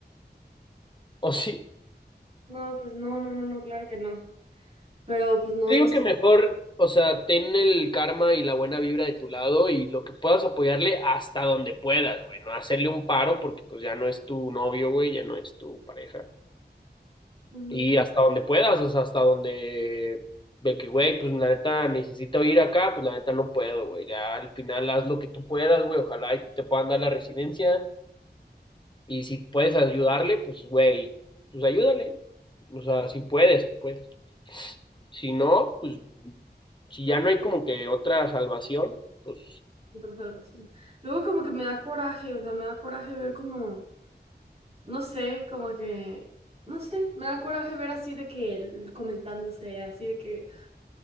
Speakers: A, on the left; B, on the right.
A: O sí,
B: No, pues no, no, no, no, claro que no. Pero pues no,
A: digo
B: no sé.
A: que mejor, o sea, ten el karma y la buena vibra de tu lado y lo que puedas apoyarle hasta donde puedas, güey. No hacerle un paro porque pues ya no es tu novio, güey, ya no es tu pareja.
B: Ujú,
A: Y hasta donde puedas, o sea, hasta donde de que, güey, pues la neta necesito ir acá, pues la neta no puedo, güey. Ya al final haz lo que tú puedas, güey. Ojalá y te puedan dar la residencia. Y si puedes ayudarle, pues, güey, pues ayúdale. O sea, si puedes, pues. Si no, pues, si ya no hay como que otra salvación, pues
B: por salvación. Luego como que me da coraje, o sea, me da coraje ver como, no sé, como que, no sé, me da coraje ver así de que el- comentándose, así de que,